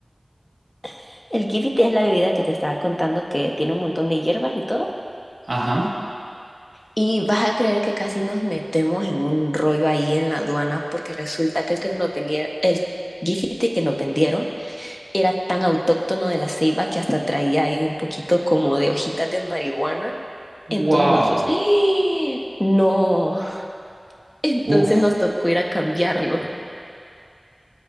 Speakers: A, on the left (about 25°); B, on the right (about 75°).
A: <laughs> El Gifiti es la bebida que te estaba contando que tiene un montón de hierbas y todo.
B: Ajá.
A: Y vas a creer que casi nos metemos en un rollo ahí en la aduana porque resulta que el que nos venía, el Gifiti que nos vendieron era tan autóctono de la ceiba que hasta traía ahí un poquito como de hojitas de marihuana.
B: Wow.
A: Entonces nosotros, ¡Ah! no, <laughs> Entonces
B: Uf,
A: nos tocó ir a cambiarlo.